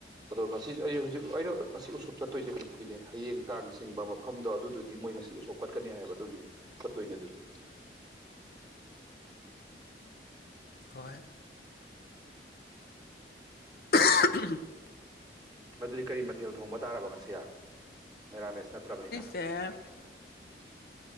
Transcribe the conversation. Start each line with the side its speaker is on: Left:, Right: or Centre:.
Right: ꯑꯗꯣ ꯉꯁꯤ ꯑꯩ ꯍꯧꯖꯤꯛ ꯍꯧꯖꯤꯛ ꯑꯩꯅ ꯉꯁꯤ ꯎꯁꯣꯞ ꯆꯠꯇꯣꯏꯁꯦ ꯀꯩꯅꯣꯒꯤꯅꯦ ꯍꯌꯦꯡ ꯀꯥꯡ ꯆꯤꯡꯕ ꯃꯐꯝꯗꯣ ꯑꯗꯨꯗꯨꯒꯤ ꯃꯣꯏ ꯉꯁꯤ ꯎꯁꯣꯞ ꯀꯠꯀꯅꯤ ꯍꯥꯏꯕ ꯑꯗꯨꯒꯤ ꯆꯠꯇꯣꯏꯅꯦ ꯑꯗꯨꯁꯨ
Left: ꯍꯣꯏ꯫ <unintelligible>
Right: ꯑꯗꯨꯗꯤ ꯀꯔꯤ ꯃꯊꯦꯜ ꯊꯣꯡꯕ ꯇꯥꯔꯕ ꯉꯁꯤ ꯃꯦꯔꯥꯃꯦꯁ ꯅꯠꯇ꯭ꯔꯕꯅꯤꯅ꯫
Left: <unintelligible>
Right: <inaudible>